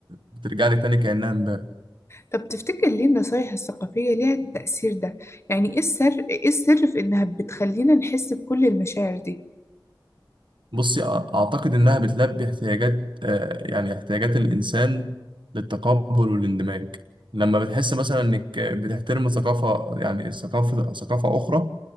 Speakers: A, on the right; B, on the left.
A: بترجع لك تاني كانها امبارح
B: طب تفتكر ليه النصايح الثقافية ليها التأثير ده؟ يعني ايه السر ايه السر في انها بتخلينا نحس بكل المشاعر دي؟
A: بصي أ- اعتقد انها بتلبي احتياجات آه، يعني احتياجات الانسان للتقبل والاندماج لما بتحس مثلا انك بتحترم ثقافه يعني ثقافه ثقافه اخرى